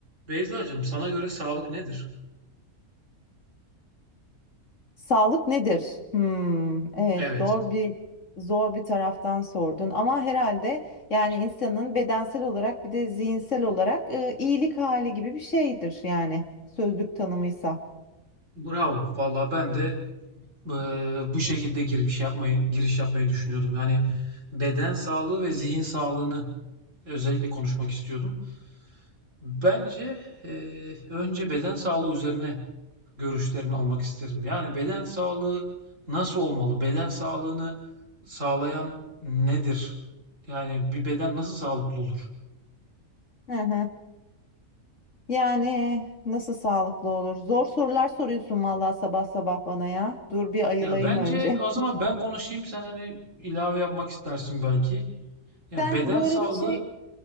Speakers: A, on the right; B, on the left.
A: Beyzacığım sana göre sağlık nedir?
B: Sağlık nedir? Hmm, evet
A: Evet.
B: zor bir zor bir taraftan sordun ama herhalde yani insanın bedensel olarak bir de zihinsel olarak e, iyilik hali gibi bir şeydir yani sözlük tanımıysa.
A: Bravo. Valla ben de eee, bu şekilde giriş yapmayı giriş yapmayı düşünüyordum. Yani beden sağlığı ve zihin sağlığını özellikle konuşmak istiyordum. Bence eee, önce beden sağlığı üzerine görüşlerini almak isterim. Yani beden sağlığı nasıl olmalı? Beden sağlığını sağlayan nedir? Yani bir beden nasıl sağlıklı olur?
B: Hı hı. Yani nasıl sağlıklı olur? Zor sorular soruyorsun vallahi sabah sabah bana ya. Dur bir ayılayım
A: Ya bence
B: önce.
A: o zaman ben konuşayım sen hani ilave yapmak istersin belki.
B: <laughs>
A: Ya
B: Sen
A: beden
B: bu
A: sağlığı
B: arada şey